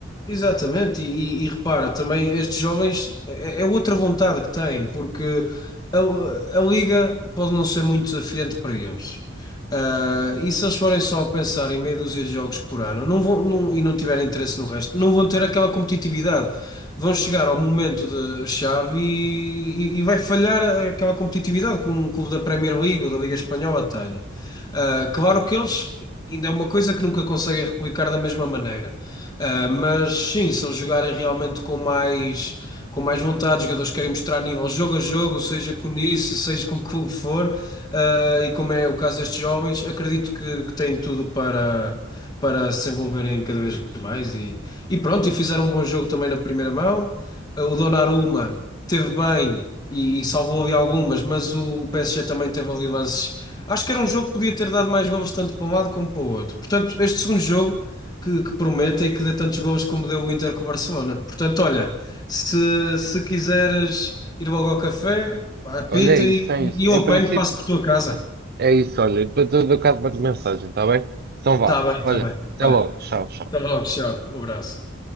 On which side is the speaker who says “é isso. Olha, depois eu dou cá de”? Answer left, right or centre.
Right